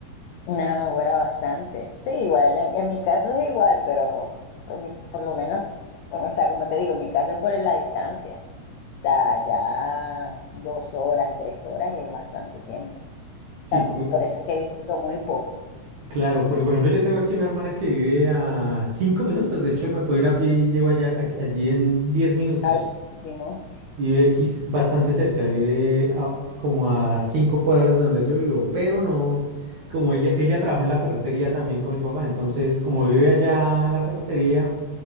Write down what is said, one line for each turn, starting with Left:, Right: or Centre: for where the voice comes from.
Left: Nah, ahora bastante. Sí, igual. En, en mi caso es igual, pero en mi- por lo menos, o sea, como te digo, en mi caso es por la distancia. O sea, ya dos horas, tres horas es bastante tiempo. O
Right: Sí,
Left: sea,
Right: porque,
Left: por eso es que visito muy poco.
Right: claro, porque por ejemplo yo tengo aquí una hermana que vive a cinco minutos, de hecho me puedo ir a pie y llego allá, a- allí en 10 minutos.
Left: Algo
Right: Vive aquí s- bastante cerca, vive a- como a cinco cuadras de donde yo vivo, pero no, como ella, ella trabaja en la ferretería también con mi papá, entonces como vive allá en la ferretería,